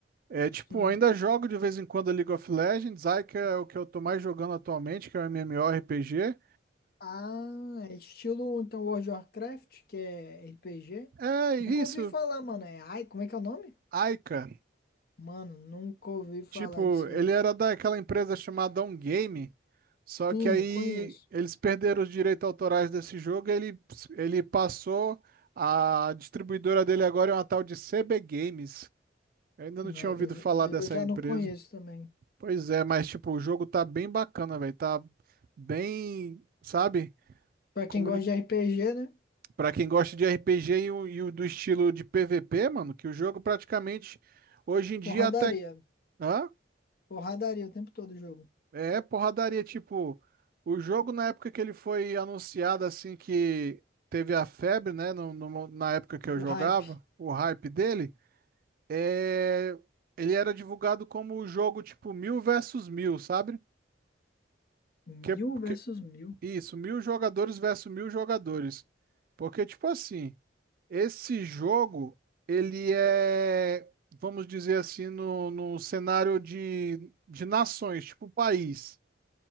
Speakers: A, on the right (about 50°); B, on the left (about 55°).
A: É, tipo,
B: Sim.
A: ainda jogo de vez em quando League of Legends. Aika é o que eu tô mais jogando atualmente, que é o MMORPG.
B: Ah, é estilo, então, World of Warcraft, que é RPG.
A: É isso,
B: Nunca ouvi falar, mano. É... Ai, como é que é o nome?
A: Aika.
B: Mano, nunca ouvi falar
A: Tipo,
B: disso
A: ele
B: aí.
A: era daquela empresa chamada On Game, só
B: Sim,
A: que aí
B: conheço.
A: eles perderam os direitos autorais desse jogo, e ele, ele passou, a distribuidora dele agora é uma tal de CB Games. Eu ainda não tinha
B: Aí
A: ouvido
B: eu, já-
A: falar
B: aí
A: dessa
B: eu já
A: empresa.
B: não conheço também.
A: Pois é, mas tipo, o jogo tá bem bacana, velho. Tá bem, sabe?
B: Pra quem
A: Comuni...
B: gosta de RPG, né?
A: Pra quem gosta de RPG e, o- e o do estilo de PVP, mano, que o jogo praticamente hoje em dia
B: Porradaria.
A: até. Hã?
B: Porradaria o tempo todo o jogo.
A: É porradaria. Tipo, o jogo na época que ele foi anunciado, assim, que teve a febre, né? no- no- na época que eu
B: O
A: jogava,
B: hype.
A: o hype dele, é... ele era divulgado como o jogo, tipo, mil versus mil, sabe?
B: Mil
A: que
B: versus mil.
A: Isso, mil jogadores versus mil jogadores. Porque, tipo assim, esse jogo, ele é, vamos dizer assim, no, no cenário de, de nações, tipo país.